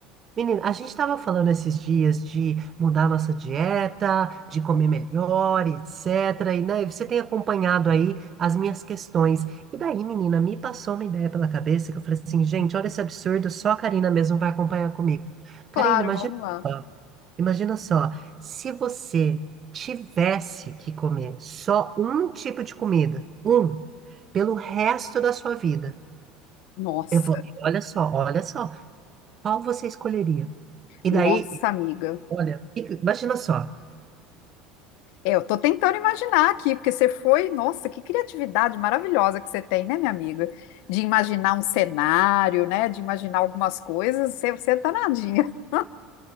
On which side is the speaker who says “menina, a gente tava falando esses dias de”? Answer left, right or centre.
Right